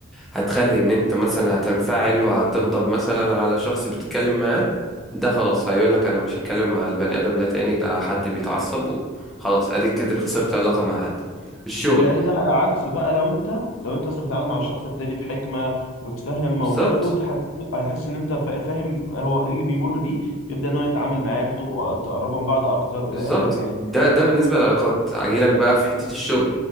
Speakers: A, in the centre; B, on the left.
A: هتخلي ان انت مثلا هتنفعل وهتغضب مثلا على شخص بتتكلم معاه ده خلاص هيقولك انا مش هتكلم مع البني ادم ده تاني ده حد بيتعصب وخلاص اديك كده خسرت علاقة مع حد الشغل
B: متهيألي ده على عكس بقى لو انت لو انت اصلا بتتعامل مع الشخص التاني بحكمة وتفهم
A: بالظبط
B: موقفه وتحس هيحس ان انت فا- فاهم هو ايه اللي بيمر بيه يبدأ ان هو يتعامل معاك وتبقوا تقربوا من بعض اكتر والى
A: بالظبط
B: اخره يعني
A: ده ده بالنسبة للعلاقات هجيلك بقى في حتة الشغل